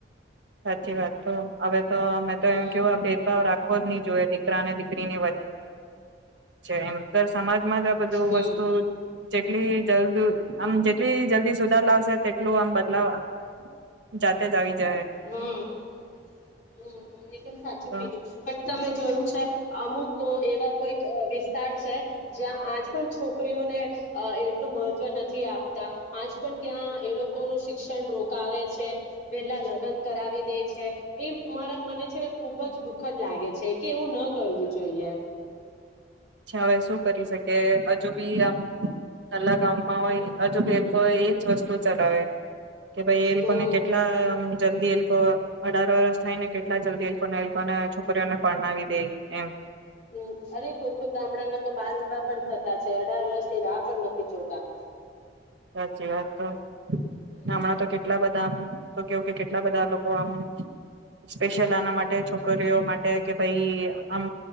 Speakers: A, on the right (about 75°); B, on the left (about 45°).
A: સાચી વાત તો અવે તો મેં તો
B: હમ
A: એમ કેવ આ ભેદભાવ રાખ ખવો જ નહી જોઈએ દીકરાને દીકરીની વ છે એમ સમાજમાં જ આ બધું
B: હમ
A: વસ્તુ જેટલી જલ્દ આમ જેટલી જલ્દી સુધાર લાવશે તેટલું આમ બદલાવવા જાતે જ આવી જાય
B: હમ હ એકદમ સાચું
A: તો
B: કીધું પણ તમે જોયું છે અમુક કો એવા કોઈક અ વિસ્તાર છે જ્યાં આજ પણ છોકરીઓને અ એટલું મહત્વ નથી આપતા આજ પણ ત્યાં એ લોકોનુ શિક્ષણ રોકાવે છે વેલા લ ગન કરાવ વી દે છે એ મારા મને છે ને ખુબ જ દુઃખદ લાગે છે કે એવું ના કરવું જોઈએ.
A: અછા હવે શું કરી શકે હજુ બી આમ કલાક આવુ હોય હજુ બી કોઈ એજ વસ્તુ ચલાવે કે ભાઈ એ
B: હમ
A: લોકોને કેટલા આમ જલ્દી એલકો અઢાર વર્ષ થાય ને કેટલા જલ્દી એલકોને એલકોને છોકરીઓને પરણાવી દેય એમ
B: હમ્મ અરે કોઈ કોઈ ગામડામાં તો બાલ વિવાહ પણ થતા છે અઢાર વર્ષની રાહ પણ નથી જોતા
A: સાચી વાત તો
B: હમ
A: હમણાં તો કેટલા બધા તો કેવું કે કેટલા બધા લોકો આમ સ્પેશિયલ આના માટે છોકરીઓ માટે કે ભાઈ આમ